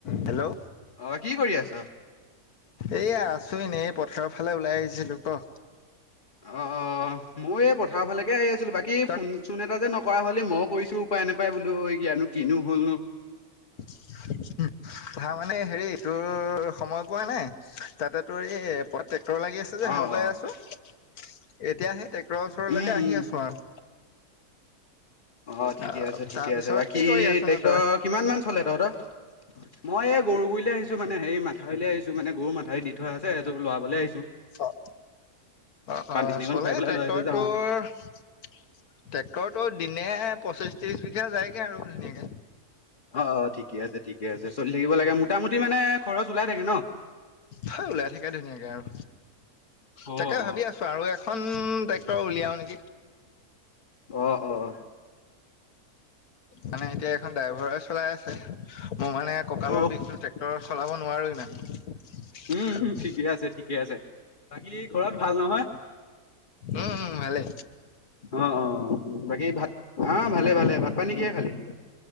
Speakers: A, on the left; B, on the left.
A: হেল্ল',
B: অ', কি কৰি আছ
A: এইয়া আছো এনেই এই পথাৰৰ ফালে ওলাই আহিছিলো ক
B: অ', ময় এই পথাৰ ফালেকে আহি আছিলো বাকী
A: তই
B: ফোন চোন এটা যে নকৰা হলি মইও কৰিছো উপ, উপায় নাপায় বোলো ইয়ানো কিনো হ'লনো
A: উ ধা মানে হেৰি তোৰ সময় পোৱা নাই তাতে তোৰ এই প ট্ৰেক্টৰ লাগি আছে যে
B: অ',
A: হাল বাই
B: অ'।
A: আছো। এতিয়া সেই টেক্টৰৰ ওচৰলৈকে
B: উম,
A: আহি
B: উম,
A: আছো আৰু।
B: অ', ঠিকে
A: আহ
B: আছে, ঠিকে
A: তাৰপিছত
B: আছে, বাকী
A: কি কৰি আছনো
B: ট্ৰেক্টৰ
A: তই
B: কিমান মান চলে তহঁতৰ মই এই গৰু গুৰিলে আহিছো মানে মথাউৰিলে আহিছো মানে গৰু মাথাউৰি দি থ আছে সেইটো লৰাবলে আহিছো
A: অ', চলে
B: চানীকণ খুৱাই পেলাই
A: ট্ৰেক্টৰ
B: লৈ থৈ যাওঁ
A: টোৰ
B: আৰু।
A: ট্ৰেক্টৰতো দিনে পঁচিশ ত্ৰিশ বিঘা যায়গে আৰু ধুনীয়াকে
B: অ', অ', ঠিকে আছে ঠিকে আছে চলি থাকিব লাগে মোটামুটি মানে খৰচ ওলাই থাকে ন'।
A: হয় ওলাই থাকে ধুনীয়াকে আৰু
B: অ',
A: তাকে
B: অ',
A: ভাবি আছো আৰু এখন ট্ৰেক্টৰ উলিয়াও নেকি
B: অ', অ',।
A: মানে এতিয়া এখন ড্ৰাইভাৰে চলাই আছে মই মানে কঁকালৰ
B: অ
A: বিষটো ট্ৰেক্টৰ চলাব নোৱাৰোঁ ইমান
B: উম, ঠিকে আছে ঠিকে আছে বাকী ঘৰত ভাল নহয়
A: উম উম ভালে
B: অ', অ', বাকী ভাত হা ভালে ভালে, ভাত পানী কিহে খালি?